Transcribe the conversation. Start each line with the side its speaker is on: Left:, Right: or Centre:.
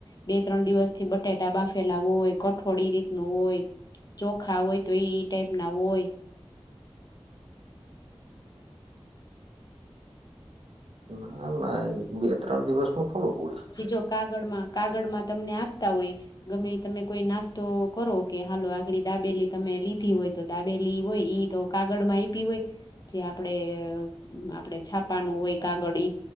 Left: બે ત્રણ દિવસ થી બટેાટા બાફેલા હોય કઠોળી રીતનું હોય ચોખા હોય તો એ ટાઈપ ના હોય
Right: ના ના બે ત્રણ દિવસ નું થોડું ગુળ
Left: જો કાગળમાં કાગળ માં તમને આપતા હોય ગમે તમે કોઈ નાસ્તો કરો કે હાલો આગળ દાબેલી તમે લીધી હોય તો દાબેલી હોય ઈ તો કાગળ માં આપી હોય જે આપડે આપણેે છાપાનું હોય કાગળ એ